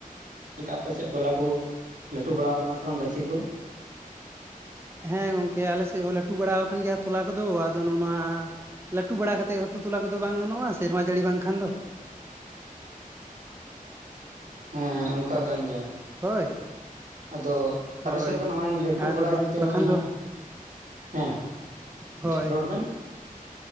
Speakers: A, on the right; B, on the right.
A: ᱪᱮᱫ ᱞᱮᱠᱟ ᱟᱯᱮ ᱥᱮᱫ ᱛᱚᱞᱟ ᱠᱚ ᱞᱟᱹᱴᱩ ᱵᱟᱲᱟ ᱟᱠᱟᱱᱟ ᱥᱮ ᱵᱟᱝ ᱜᱟᱹᱪᱷᱤ ᱠᱚ?
B: ᱦᱮᱸ ᱜᱚᱝᱠᱮ ᱟᱞᱮ ᱥᱮᱫ ᱦᱚᱸ ᱞᱟᱹᱴᱩ ᱵᱟᱲᱟ ᱟᱠᱟᱱ ᱜᱮᱭᱟ ᱛᱚᱞᱟ ᱠᱚᱫᱚ, ᱟᱫᱚ ᱱᱚᱜᱼᱚ ᱱᱚᱣᱟᱼᱼ ᱞᱟᱹᱴᱩ ᱵᱟᱲᱟ ᱠᱟᱛᱮᱫ ᱦᱚᱛᱚ ᱛᱚᱞᱟ ᱠᱚᱫᱚ ᱵᱟᱝ ᱜᱟᱱᱚᱜᱼᱟ ᱥᱮᱨᱢᱟ ᱡᱟᱹᱲᱤ ᱵᱟᱝ ᱠᱷᱟᱱ ᱫᱚ ᱾
A: ᱦᱮᱸ ᱚᱱᱠᱟ ᱠᱟᱱ ᱜᱮᱭᱟ
B: ᱦᱳᱭ
A: ᱾ ᱟᱫᱚ
B: ᱦᱳᱭ
A: ᱟᱞᱮ ᱥᱮᱫ ᱫᱚ ᱱᱚᱜᱼᱚᱭ ᱞᱟᱹᱴᱩ
B: ᱟᱫᱚ
A: ᱵᱟᱲᱟᱭ ᱮᱱᱛᱮ
B: ᱵᱟᱠᱷᱟᱱ
A: ᱱᱚᱜᱼᱚᱭ ᱦᱟᱸᱜᱼᱼ
B: ᱫᱚ
A: ᱦᱮᱸ,
B: ᱦᱳᱭ
A: ᱨᱚᱲ ᱵᱮᱱᱼᱼ